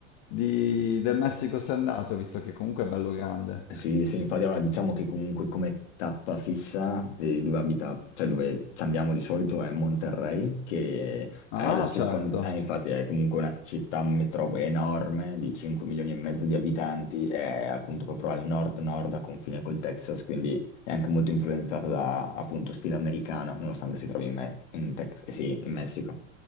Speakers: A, on the left; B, on the left.
A: di- del Messico sei andato, visto che comunque è bello grande?
B: Sì, sì, infatti allora diciamo che comunque come tappa fissa di dove abita, cioè dove ci andiamo di solito è Monterrey, che è
A: Ah,
B: la seconda,
A: certo,
B: eh, infatti è comunque una città metropoli enorme di 5 milioni e mezzo di abitanti, è appunto proprio al nord-nord a confine col Texas, quindi è anche molto influenzata da appunto stile americano, nonostante si trovi in, Me- in Tex- eh sì, in Messico.